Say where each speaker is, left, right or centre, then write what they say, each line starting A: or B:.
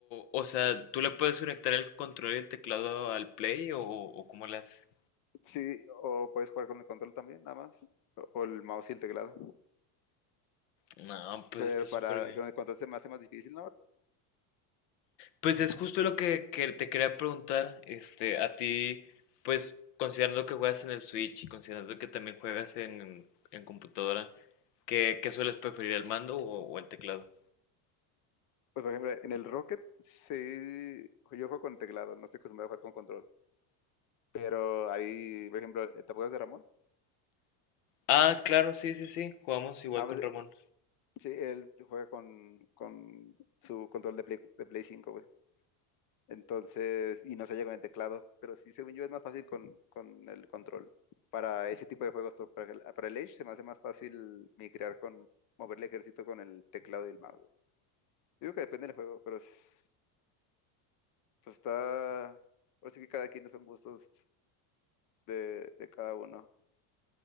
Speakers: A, on the left; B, on the left.
A: o sea, ¿tú le puedes conectar el control y el teclado al Play o, o cómo le haces?
B: Sí, o puedes jugar con el control también, nada más. O, o el mouse y el teclado.
A: No, pues
B: Pero
A: está súper
B: para con el control se me hace más difícil, ¿no?
A: Pues es justo lo que, que te quería preguntar, este, a ti, pues considerando que juegas en el Switch y considerando que también juegas en, en computadora, ¿qué, qué sueles preferir, el mando o, o el teclado?
B: Pues, por ejemplo, en el Rocket, sí, yo juego con teclado, no estoy acostumbrado a jugar con control. Pero ahí, por ejemplo, eh, ¿te acuerdas de Ramón?
A: Ah, claro, sí, sí, sí, jugamos igual
B: Ah,
A: con
B: pues, eh,
A: Ramón.
B: sí, él juega con, con su control de Play, de Play cinco güey. Entonces, y no se llega con el teclado, pero sí, según yo, es más fácil con, con el control. Para ese tipo de juegos, pero para el, para el Age se me hace más fácil migrar con, mover el ejército con el teclado y el mouse, güey. Yo Digo que depende del juego, pero es- pues está, ahora sí que cada quien son gustos de, de cada uno.